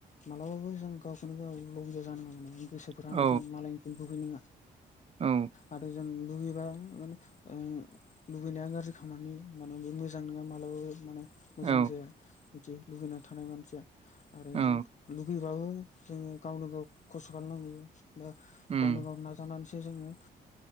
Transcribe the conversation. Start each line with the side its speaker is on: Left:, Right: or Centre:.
Left: मालाबाबो जों गावखौनो गाव लबिआ जानाङा माने गोसो
Right: औ
Left: जों मालायनिखौनो लुबै नङा।
Right: औ
Left: आरो जों लुगैबा माने ओ लुबैनाया गाज्रि खामानि माने बे मोजां नङा मालाबाबो माने। मोजां
Right: औ
Left: जाया बिदि लुगैना थानाय मानसिया आरो
Right: औ
Left: जों लुगैबाबो जोङो गावनो गाव खस्थ' खालामनांगौ। बा
Right: उम
Left: गावनो गाव ना जानानैसो जोङो